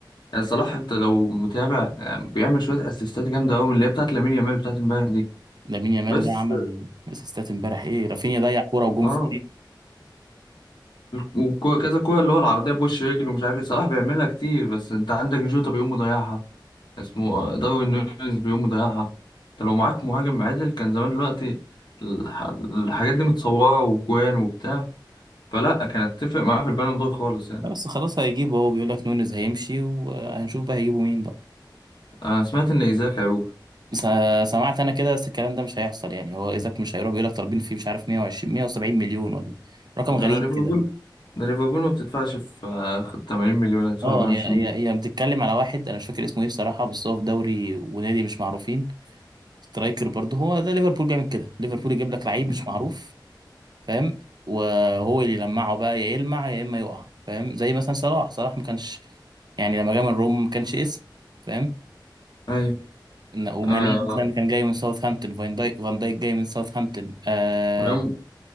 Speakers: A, on the left (about 65°); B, on the right (about 60°).
A: يعني صلاح انت لو متابع يعني بيعمل شويه اسيستات جامده قوي من اللي هي بتاعت لامين يامال بتاعت امبارح دي
B: لامين يامال
A: بس
B: ده عمل اسيستات امبارح ايه رافينيا ضيع كوره وجون
A: اه
B: فاضي
A: وكذا كوره اللي هو العرضيه بوش رجل ومش عارف ايه صلاح بيعملها كتير بس انت عندك جوتا بيقوم مضيعها اسمه داروين نونيز بيقوم مضيعها انت لو معاك مهاجم عادل كان زمان دلوقتي الح- الحاجات دي متصوره وجوان وبتاع فلا كانت تفرق معاه في البالون دور خالص يعني
B: لا بس خلاص هيجيبه هو بيقول لك نونيز هيمشي وهنشوف بقى هيجيبوا مين بقى
A: انا سمعت ان ايزاك هيروح
B: بس سمعت انا كده بس الكلام ده مش هيحصل يعني هو ايزاك مش هيروح بيقول لك طالبين فيه مش عارف 120 170 مليون ولا رقم
A: ده
B: غريب
A: ليفربول
B: كده
A: ده ليفربول ما بتدفعش في آه، 80 مليون هتدفع
B: اه
A: 120
B: هي هي
A: مليون
B: هي بتتكلم على واحد انا مش فاكر اسمه ايه بصراحه بس هو في دوري ونادي مش معروفين سترايكر برضه هو ده ليفربول بيعمل كده ليفربول يجيب لك لعيب
A: مم.
B: مش معروف فاهم وهو اللي يلمعه بقى يا يلمع يا اما يقع فاهم زي مثلا صلاح صلاح ما كانش يعني لما جه من روم ما كانش اسم فاهم
A: ايوه
B: إن- وماني
A: آه
B: مثلا كان جاي من ساوثهامبتون فان دايك فان دايك جاي من ساوثهامبتون آه
A: وعم-